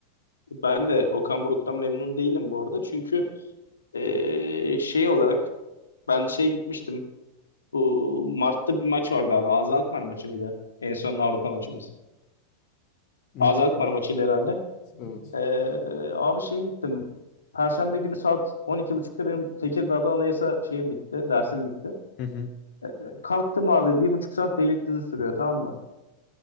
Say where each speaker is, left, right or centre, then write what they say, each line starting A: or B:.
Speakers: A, on the left; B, on the left.
A: Ben de Okan Buruk'tan memnun değilim bu arada. Çünkü e, şey olarak ben şey gitmiştim. Bu Mart'ta bir maç vardı abi. Ağza Alkmaar maçı mıydı? En son Avrupa maçımız.
B: Muhtemelen.
A: Ağza Alkmaar maçıydı herhalde.
B: Evet.
A: E, abi şeye gittim. Perşembe günü saat 12.30'da benim Tekirdağ'da anayasa şeyim bitti. Dersim bitti.
B: Hı hı.
A: E, Kalktım abi bir buçuk saat Beylikdüzü sürüyor tamam mı?